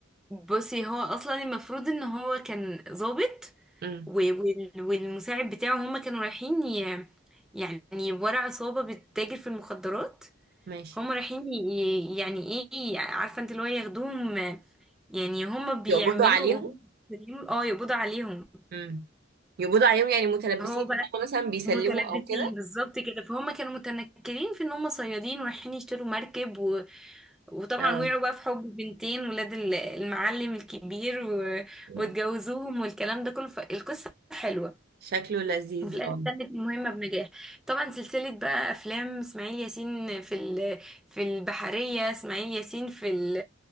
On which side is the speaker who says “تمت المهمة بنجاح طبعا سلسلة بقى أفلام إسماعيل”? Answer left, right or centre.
Centre